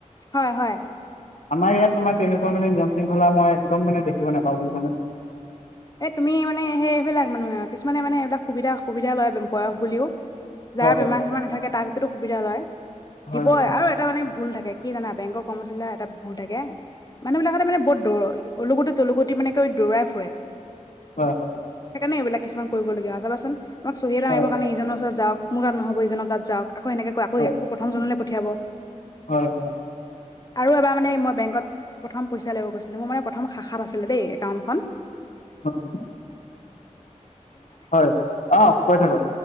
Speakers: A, on the left; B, on the left.
A: হয় হয়।
B: আমাৰ ইয়াত তোমাৰ তেনেকুৱা মানে নিয়ম শৃংখলা মই একদম মানে দেখিব নাপাওঁ ব বুলিছানে।
A: এ তুমি মানে সেই এইবিলাক মানুহে কিছুমানে মানে এইবিলাক সুবিধা সুবিধা লয় বয়স বুলিও। যাৰ
B: হয়,
A: বেমাৰ চেমাৰ নাথাকে তাৰ ভিতৰতো সুবিধা লয়
B: হয়,
A: দিবই
B: হয়,
A: আৰু এটা মানে। ভুল থাকে কি জানা বেংকৰ কৰ্মচাৰী এটা ভুল থাকে মানুহ বিলাকতে মানে বৰত দৌ অলুগুটি তলুগুটি মানে কৰি দৌৰাই ফুৰে।
B: হয় হয়।
A: সেইকাৰণে এইবিলাক কিছুমান কৰিবগীয়া চাবাচোন। তাক চহী এটা
B: হয়,
A: মাৰিব কাৰণে ইজনৰ ওচৰত যাওঁ। মোৰ তাত নহব ইজনক ত যাওক। আকৌ এনেকৈ আকৌ
B: হয়,
A: আকৌ প্ৰথম জনলৈ। পঠিয়াব।
B: হয় হয়।
A: আৰু, এবাৰ মানে মই বেংকত প্ৰথম পইচা লব গৈছিলো মোৰ মানে প্ৰথম শাখাত আছিলে দেই একাউন্টখন।
B: হয়। হয়, আহ কৈ থাকক।